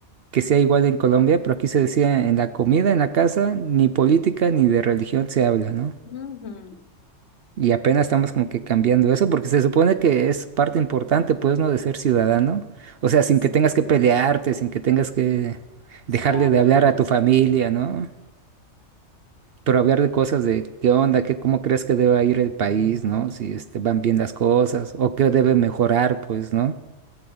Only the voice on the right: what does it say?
que sea igual en Colombia, pero aquí se decía en la comida, en la casa, ni política ni de religión se habla, ¿no?
Y apenas estamos como que cambiando eso, porque se supone que es parte importante, pues, ¿no? De ser ciudadano. O sea, sin
que tengas
que
pelearte, sin que tengas que
dejarle
de
hablar
a
tu familia, ¿no? Pero hablar de cosas de qué onda, qué, cómo crees que debe ir el país, ¿no? Si este, van bien las cosas, o qué debe mejorar, pues, ¿no?